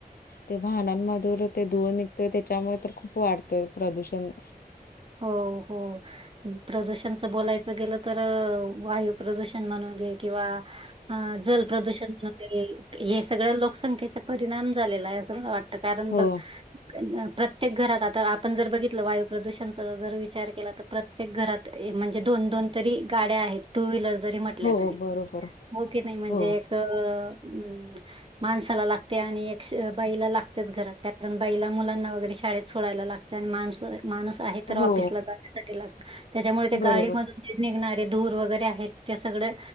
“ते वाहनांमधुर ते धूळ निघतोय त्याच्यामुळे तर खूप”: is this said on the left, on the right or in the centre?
Left